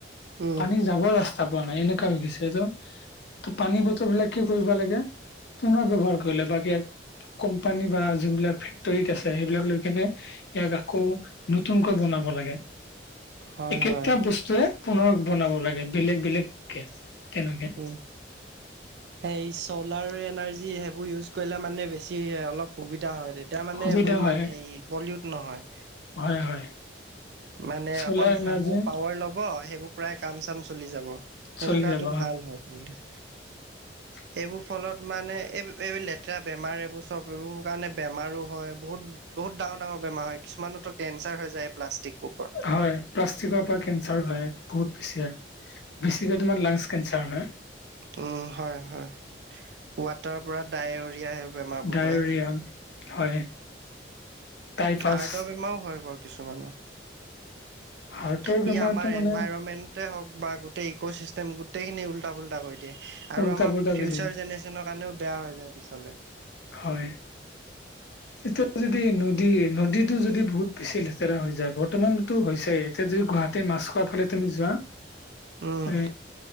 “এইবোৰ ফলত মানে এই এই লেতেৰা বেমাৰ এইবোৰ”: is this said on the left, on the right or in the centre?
Right